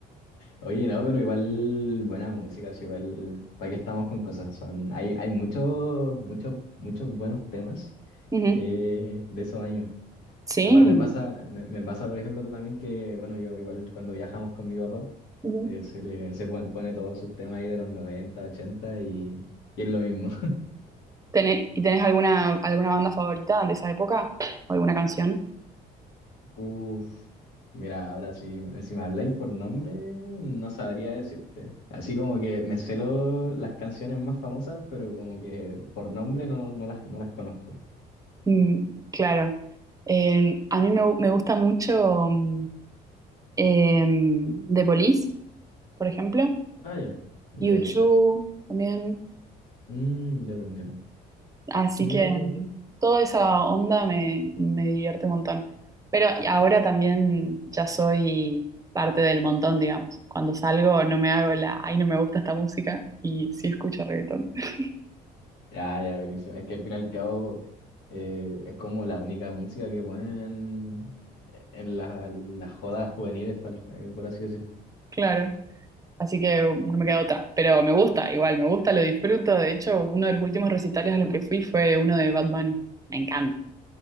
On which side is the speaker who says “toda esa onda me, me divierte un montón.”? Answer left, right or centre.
Right